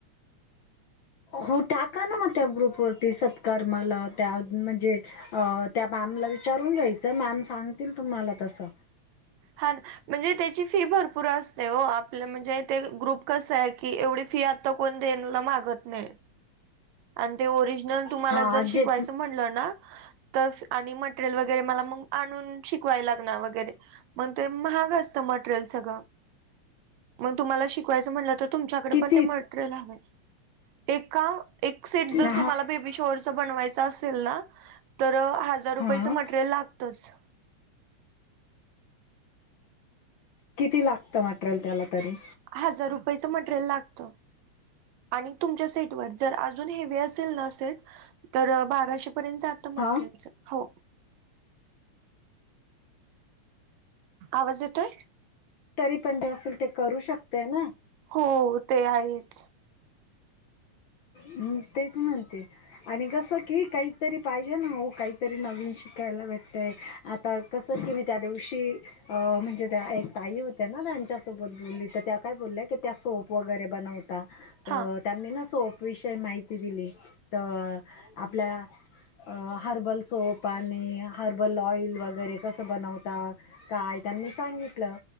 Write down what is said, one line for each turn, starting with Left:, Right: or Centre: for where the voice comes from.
Left: हो टाका ना मग त्या ग्रुपवरती सत्कर्मला, त्या म्हणजे अ त्या मॅमला विचारून घ्यायचं, मॅम सांगतील तुम्हाला तसं
Right: हान. म्हणजे त्याची फी भरपूर असते ओ, आपलं म्हणजे ते ग्रुप कसं आहे की एवढी फी आत त कोण देणला माघत नाही. अन ते ओरिजिनल तुम्हाला
Left: हा
Right: जर शिकवायचं
Left: जे
Right: म्हणलं ना तफ आणि मटरेल वगैरे मला मग आणून शिकवाय लागणार वगैरे. मग ते महाग असतं मटरेल सगळं, मग तुम्हाला शिकवायच म्हणलं तर तूमच्याकड
Left: किती
Right: पण ते मटरेल हवंय, एका एक सेट जर
Left: हा
Right: तुम्हाला बेबी शॉवर च बनवायचं असेल ना, तर अ हजार रुपयेच
Left: हा
Right: मटरेल लागतच.
Left: किती लागतं मटरियल त्याला तरी?
Right: हजार रुपयच मटरेल लागतं. आणि तुमच्या सेट वर जर अजून हेवी असेल ना सेट तर बाराशे पर्यंत जातं मटरेलच,
Left: हा?
Right: हो. आवाज येतोय?
Left: तरी पण <unintelligible> जे असेल ते करू शकतेय ना
Right: हो ते आहेच.
Left: उम् तेच म्हणते आणि कसं की, काहीतरी पाहिजे ना ओ, काहीतरी नवीन शिकायला भेटतय आता कसं की मी त्या दिवशी, अ म्हणजे त्या एक ताई होत्या ना त्यांच्यासोबत बोलली, तर त्या काय बोल्या कीं त्या सोप वगैरे बनवता.
Right: हा
Left: त्यांना ना सोप विषय माहिती दिली, तर आपल्या हर्बल सोप, आणि हर्बल ऑइल, वगैरे कसं बनवतात काय त्यांनी सांगितलं.